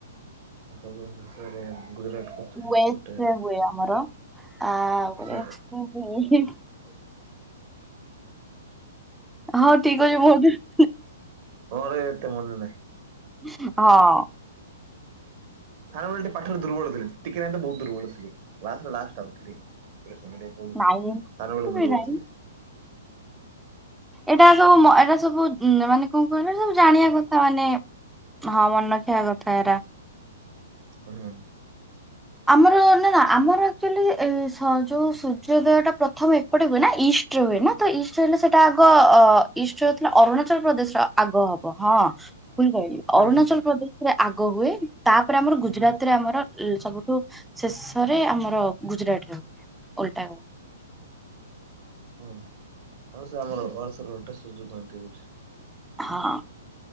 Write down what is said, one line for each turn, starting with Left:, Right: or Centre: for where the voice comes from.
Right: <unintelligible> ଶେଷରେ ଗୁଜୁରାଟ। ଗଛ ଏପଟେ
Centre: ୱେଷ୍ଟରେ ହୁଏ ଆମର ଆ ୱେଷ୍ଟରେ
Right: ସେ
Centre: ହୁଏ। ହଁ ଠିକ ଅଛି ବହୁ <unintelligible>
Right: ଘରେ ଏତେ ମନେ ନାହିଁ।
Centre: ହଁ।
Right: ଖାରବେଳ <unintelligible> ତ ପାଠରେ ଦୁର୍ବଳ ଥିଲେ। ଟିକେ ନାହିଁ ତ ବହୁତ ଦୁର୍ବଳ ଥିଲି କ୍ଲାସରେ ଲାଷ୍ଟ ଆଉଥିଲି। <unintelligible>
Centre: ନାଇଁ
Right: ଖାରବେଳ
Centre: କେବେ
Right: ଦୁର୍ବଳ
Centre: ନାଇଁ
Right: ଥିଲେ।
Centre: ଏଇଟା ସବୁ ମ୍ ଏଇଟା ସବୁ ମାନେ କଣ କହିଲ ସବୁ ଜାଣିବା କଥା ମାନେ ହଁ ମନେ ଥିବା କଥା ଏରା।
Right: ହୁଁ।
Centre: ଆମର ନା ନା ଆମର ଆକ୍ଚୁଆଲି ଏ ସ ଯୋଉ ସୂର୍ଯ୍ୟୋଦୟଟା ପ୍ରଥମେ ଏପଟେ ହୁଏ ନା ଇଷ୍ଟ ଇଷ୍ଟରେ ହୁଏ ନା ତ ଇଷ୍ଟ ହେଲେ ସେଇଟା ଆଗ ଅ ଇଷ୍ଟରେ ହେଉଥିଲେ ଅରୁଣାଚଳ ପ୍ରଦେଶର ଆଗ ହବ ହଁ। ଭୁଲ କହିଲି
Right: ହୁଁ
Centre: ଅରୁଣାଚଳ ପ୍ରଦେଶରେ ଆଗ ହୁଏ। ତାପରେ ଆମର ଗୁଜୁରାତରେ ଆମର ଏ ସବୁ ଠୁ ଶେଷରେ ଆମର ଗୁଜୁରାଟରେ ହୁଏ ଓଲଟା ହୁଏ।
Right: ହଁ ହଁ ସେ ଆମର ଅର୍ଥରଟ <unintelligible> ହଉଚି।
Centre: ହଁ।